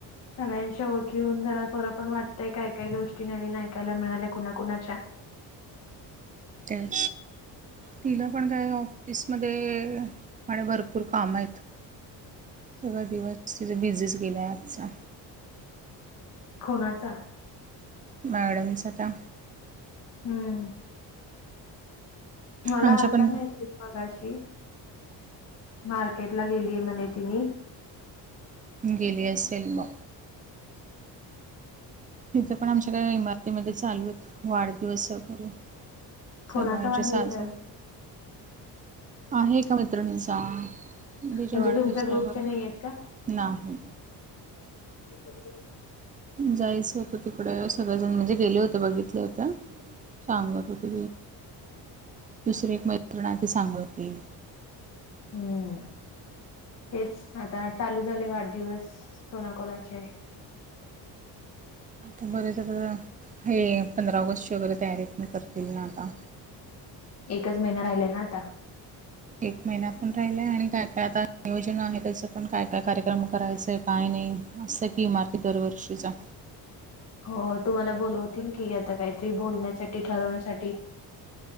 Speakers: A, on the left; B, on the right.
A: सगळ्यांशी ओळखी होऊन जरा बर पण वाटतंय काय काही गोष्टी नवीन ऐकायला मिळाल्या कुणाकुणाच्या.
B: काय तिला पण काय ऑफिसमध्ये आणि भरपूर काम आहेत सगळा दिवस तिचा बिझीस गेलाय आजचा.
A: कोणाचा?
B: मॅडम त्या!
A: हम्म मला
B: आमच्या
A: आलता
B: पण
A: मेसेज मगाशी. मार्केट ला गेलीय म्हणे तिनि.
B: गेली असेल मग!
A: <inaudible>
B: हित पण आमच्या काय इमारतीमध्ये चालू आहेत वाढदिवस वगैरे
A: कोणाचा
B: सगळ्यांचे
A: वाढदिवस
B: साज,
A: आहे आज
B: आहे का मित्रिणींचा. तीज्या
A: म्हणजे
B: वाढदिवसाला
A: तुमच्या ग्रुपचे
B: वर
A: नाही आहेत का?
B: नाही.
A: <inaudible>
B: जायचं होतं तिकड सगळेजण म्हणजे गेले होते बघितले होत्या. सांगत होती दुसरी एक मैत्रण आहे सांगत होती.
A: हम्म! तेच आता चालू झाले वाढदिवस कोणाकणाचे.
B: आता बरेच हे पंधरा ऑगस्टची वगैरे तयारी बी करतील ना आता.
A: एकच महिना राहिलाय ना आता.
B: एक महिना पण राहिलाय आणि काय काय आता योजना आहे त्याचं पण काय काय कार्यक्रम करायचं काय नाही असतं की इमारती दरवर्षीचा
A: हो तुम्हाला बोलवतील की आता काहीतरी बोलण्यासाठी ठरवण्यासाठी?